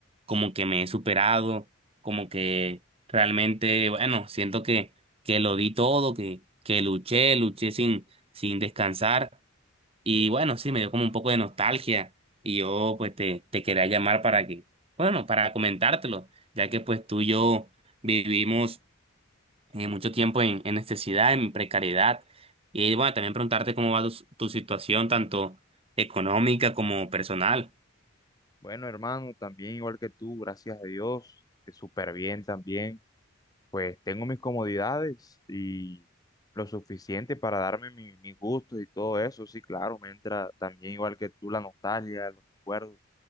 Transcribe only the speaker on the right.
como que me he superado, como que realmente, bueno, siento que, que lo di todo, que, que luché, luché sin, sin descansar y bueno, sí, me dio como un poco de nostalgia y yo pues te, te quería llamar para que, bueno, para comentártelo, ya que pues tú y yo vivimos eh, mucho tiempo en, en necesidad, en precariedad. Y bueno, también preguntarte cómo va tu, tu situación, tanto económica como personal.